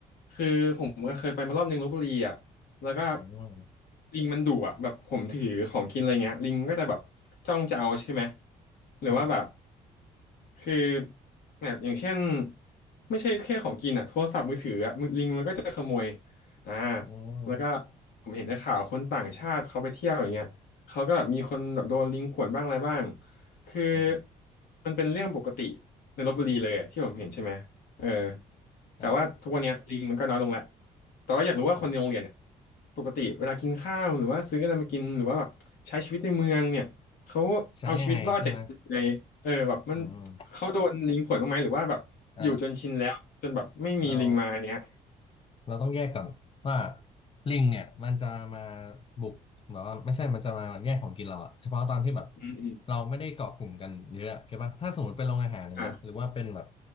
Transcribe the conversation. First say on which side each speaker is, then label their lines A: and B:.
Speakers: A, on the left (about 70°); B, on the left (about 35°).
A: คือผมก็เคยไปมารอบนึงลพบุรีอ่ะแล้วก็
B: อืม
A: ลิงมันดุอ่ะแบบผมถือของกินอะไรเงี้ยลิงก็จะแบบจ้องจะเอาใช่ไหมหรือว่าแบบ
B: อืม
A: คือแบบอย่างเช่นไม่ใช่แค่ของกินอ่ะโทรศัพท์มือถืออ่ะมือลิงมันก็จะขโมยอ่า
B: อืม
A: แล้วก็ผมเห็นในข่าวคนต่างชาติเขาไปเที่ยวอย่างเงี้ยเขาก็แบบมีคนแบบโดนลิงข่วนบ้างอะไรบ้างคือ
B: อืม
A: มันเป็นเรื่องปกติ ในลพบุรีเลยอะที่ผมเห็นใช่ไหมเออแต่ว่าทุกวันเนี้ยลิงมันก็น้อยลงแล้ว
B: อ่า
A: แต่ว่าอยากรู้ว่าคนในโรงเรียนเนี่ย
B: อืม
A: ปกติเวลากินข้าวหรือว่าซื้ออะไรมากินหรือว่าแบบใช้ชีวิตในเมืองเนี่ยเขาเอาชีวิตรอดจากในเออแบบมัน
B: ใช้ยังไงใช่ไหมอืม
A: เขาโดนลิงข่วนบ้างไหมหรือว่าแบบอยู่จนชินแล้วจนแบบไม่มีลิงมาเนี้ย
B: อ่าเรา เราต้องแยกก่อนว่าลิงเนี่ยมันจะมาบุกแบบว่าไม่ใช่มันจะมาแย่งของกินเราอะเฉพาะตอนที่แบบ
A: อืมอืม
B: เราไม่ได้เกาะกลุ่มกันเยอะเข้าใจปะถ้าสมมติเป็นโรงอาหารอย่างเงี้ยหรือว่าเป็นแบบ
A: อ่า